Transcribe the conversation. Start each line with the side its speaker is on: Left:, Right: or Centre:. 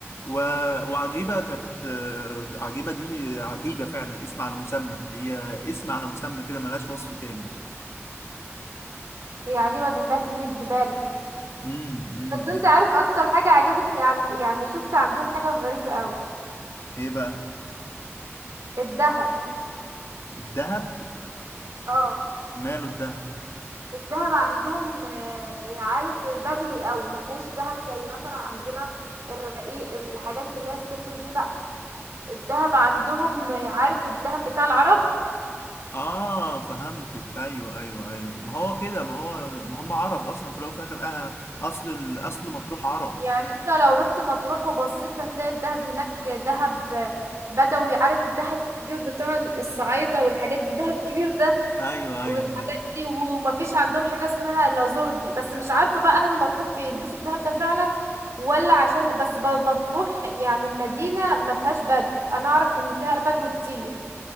Left: و... وعجيبة كانت آه، عجيبة دي عجيبة فعلا اسم على مسمى هي اسم على مسمى كده ملهاش وصف تاني
Right: هي عجيبة ده فيها كمية جبال
Left: امم امم
Right: بس انت عارف اكتر حاجة عجبتني عن... يعني شفت عندهم حاجة غريبة قوي
Left: ايه بقى
Right: الدهب
Left: الذهب
Right: اه
Left: ماله الذهب
Right: الدهب عندهم آه، يعني عارف بدوي قوي ما فيهوش دهب زي مثلا عندنا الرقيق الحاجات اللي هي السيمبل دي لا الدهب عندهم آه، عارف الدهب بتاع العرب
Left: اه فهمتك ايوه ايوه ايوه ما هو كده ما هو ما هم عرب اصلا في الاول وفي الاخر آه اصل الاصل مطروح عرب
Right: يعني انت لو رحت مطروح وبصيت هتلاقي الدهب هناك دهب آه، بدوي عارف الدهب الكبير بتاع الصعايدة والحاجات دي الدهب الكبير ده
Left: ايوه ايوه
Right: والحاجات
Left: أيوة.
Right: دي ومفيش عندهم حاجة اسمها لازوردي بس مش عارفة بقى أهل مطروح بيلبسوا الدهب ده فعلا ولا عشان بس ب- مطروح يعني المدينة ما فيهاش بدو أنا أعرف إن فيها بدو كتير